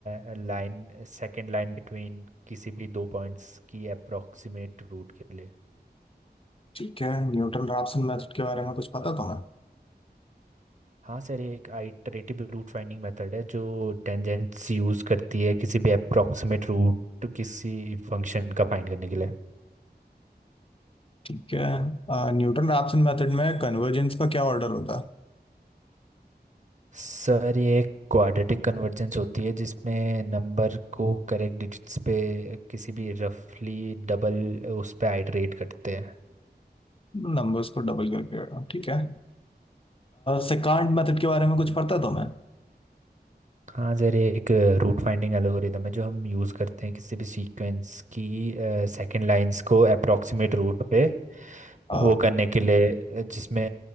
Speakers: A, on the right; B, on the left.
A: है लाइन सेकंड लाइन बिटवीन किसी भी दो पॉइंट्स की अप्रोक्सीमेट रूट के लिए
B: ठीक है न्यूटन रैप्सन मेथड के बारे में कुछ पता तुम्हें
A: हाँ सर ये एक आइटरेटिव रूट फाइंडिंग मेथड है जो टेंजेंट्स यूज़ करती है किसी भी अप्रोक्सीमेट रूट किसी फंक्शन का फाइंड करने के लिए
B: ठीक है आ, न्यूटन रैप्सन मेथड में कन्वर्जेंस का क्या ऑर्डर होता
A: सर ये एक क्वाड्रेटिक कन्वर्जेंस होती है जिसमें नंबर को करेक्ट डिजिट्स पे किसी भी रफली डबल उस पे आइटरेट करते हैं
B: है नंबर्स को डबल करके ठीक है सेकंड मेथड के बारे में कुछ पता है तुम्हें
A: हाँ सर ये एक रूट फाइंडिंग एल्गोरिदम है जो हम यूज़ करते हैं किसी भी सीक्वेंस की सेकंड लाइंस को अप्रोक्सीमेट रूट पे
B: अ,
A: वो करने के लिए जिसमें